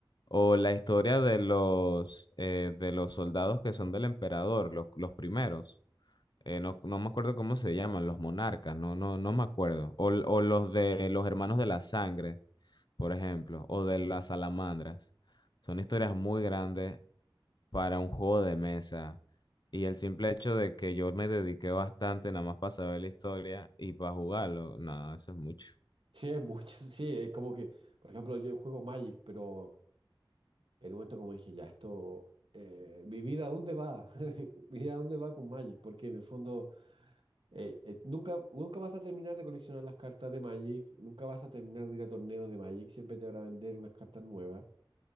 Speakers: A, on the left; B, on the right.
A: o la historia de los, eh, de los soldados que son del emperador, los, los primeros. Eh, no, no me acuerdo cómo se llaman, los monarcas, no, no, no me acuerdo. O, o los de los hermanos de la sangre, por ejemplo, o de las salamandras. Son historias muy grandes para un juego de mesa. Y el simple hecho de que yo me dediqué bastante nada más para saber la historia y para jugarlo, no, eso es mucho.
B: sí, es mucho, <laughs> sí, es como que, por ejemplo, yo juego Magic, pero... En un momento como dije, ya, esto, eh, mi vida, ¿a dónde va? <laughs> Mi vida, ¿a dónde va con Magic? Porque en el fondo, eh, eh, nunca, nunca vas a terminar de coleccionar las cartas de Magic, nunca vas a terminar de ir a torneos de Magic, siempre te van a vender unas cartas nuevas.